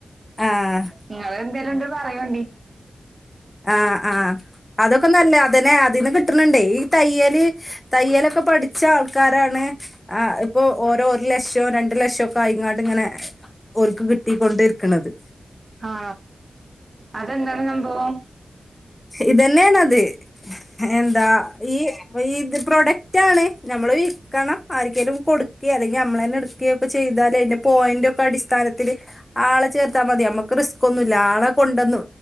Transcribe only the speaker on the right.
നിങ്ങള് എന്തേലുംണ്ടെ പറയോണ്ടി
ആ അതെന്താണ് സംഭവം